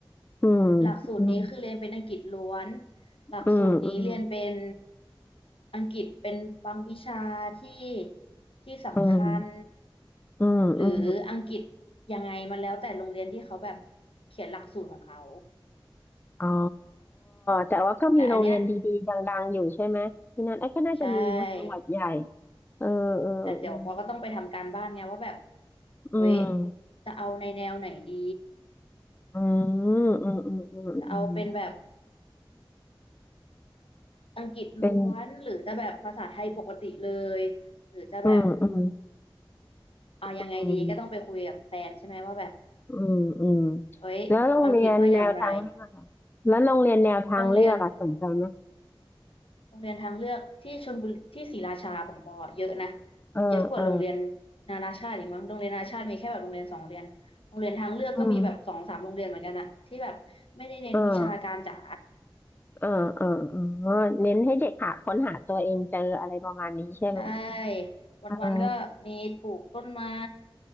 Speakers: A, on the left (about 20°); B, on the left (about 80°).
A: อืม
B: หลักสูตรนี้คือเรียนเป็นอังกฤษล้วน
A: อืม
B: หลักสูตรนี้เรียนเป็น
A: อืมอืม
B: อังกฤษเป็นบางวิชาที่ที่สำคัญ
A: อืมอืมอืม
B: หรืออังกฤษยังไงมันแล้วแต่โรงเรียนที่เขาแบบเขียนหลักสูตรของเขา
A: อ๋อแต่ว่าก็มีโรงเรียนดีๆดังๆอยู่ใช่ไหมที่นั่นไอ้ยก็น่าจะมีนะจังหวัดใหญ่
B: แต่อันเนี้ยใช่
A: เออเออเออ
B: แต่เดี๋ยวปอก็ต้องไปทำการบ้านไงว่าแบบ
A: อืม
B: เฮ้ยจะเอาในแนวไหนดี
A: อืมอืมอืมอืมอืม
B: จะเอาเป็นแบบอังกฤษล้วนหรือจะแบบภาษาไทยปกติเลย
A: เป็น
B: หรือจะแบบ
A: อืมอืม
B: เอายังไงดีก็ต้องไปคุยกับแฟนใช่ไหมว่าแบบ
A: อืมอืมอืม
B: เอ้ยความคิดว่าอย่างไร
A: แล้วโรงเรียนแนวทางเลือกอะแล้วโรงเรียนแนวทางเลือกอะสนใจไหม
B: โรงเรียนโรงเรียนทางเลือกที่ชลบุรีที่ศรีราชาผมบอกเยอะนะ
A: เออเออ
B: เยอะกว่าโรงเรียนนานาชาติอีกมั้งโรงเรียนนานาชาติมีแค่แบบโรงเรียนสองโรงเรียนโรงเรียนทางเลือกก็มีแบบสองสามโรงเรียนเหมือนกันอะที่แบบไม่ได้เน้นวิชาการจ๋า
A: อืมเออเออเออเออเน้นให้เด็กหาค้นหาตัวเองเจออะไรประมาณนี้ใช่ไหม
B: ใช่วันๆก็มีปลูกต้นไม้
A: เออ